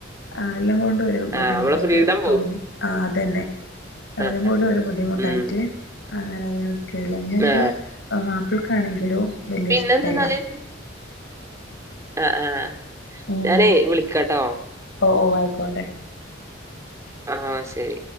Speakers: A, on the left (about 65°); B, on the right (about 15°).
A: ആഹ് എല്ലാം കൊണ്ടും ഒരു
B: ആ
A: ബുദ്ധിമുട്ടായിട്ട്
B: നമ്മളെ ഫ്രീഡം പോവും
A: തോന്നി ആഹ്
B: ഉം.
A: അതെന്നെ എല്ലോം
B: ആ ആ
A: കൂടെ ഒരു ബുദ്ധിമുട്ടായിറ്റ്
B: ഉം
A: <unintelligible> എൻ്റെ
B: ആ
A: മാപ്പിൾക്കാണെങ്കിലോ വല്യ
B: പിന്നെന്തന്നാല്
A: ഇഷ്ടല്ല
B: ആഹ് ആഹ്
A: ഉം
B: ഞാനെ വിളിക്കട്ടോ
A: ഓഹ് ഓഹ് അയിക്കോട്ടെ
B: ആഹ് ശരി